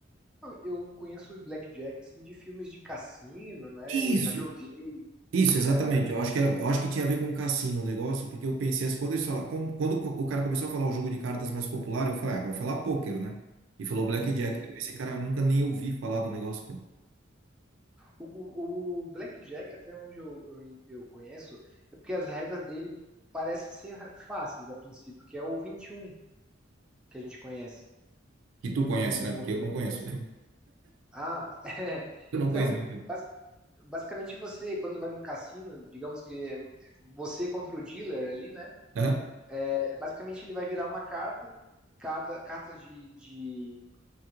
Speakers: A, in the centre; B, on the right.
A: Eu conheço Blackjack assim de filmes de cassino, né?
B: Isso,
A: Eu já joguei.
B: isso, exatamente.
A: é,
B: Eu acho que era- eu acho que tinha a ver com o cassino o negócio, porque eu pensei assim, quando eles falaram, quando, quando o cara começou a falar o jogo de cartas mais popular, eu falei, ah, vai falar pôquer, né? E falou Blackjack.
A: hum,
B: Eu pensei, cara, eu nunca nem ouvi falar do negócio, cara.
A: O, o, o Blackjack, até onde eu, eu, eu conheço, é porque as regras dele parecem ser fáceis a princípio, que é o 21 que a gente conhece
B: Que tu
A: no,
B: conhece,
A: no
B: né?
A: Porto
B: Porque eu
A: do
B: não conheço.
A: Brasil.
B: <laughs>
A: Ah, <laughs>
B: Eu não
A: então,
B: conheço, mentira.
A: bas- basicamente você, quando vai num cassino, digamos que é você contra o dealer ali, né?
B: Aham,
A: É, Basicamente ele vai virar uma carta, cada carta de, de,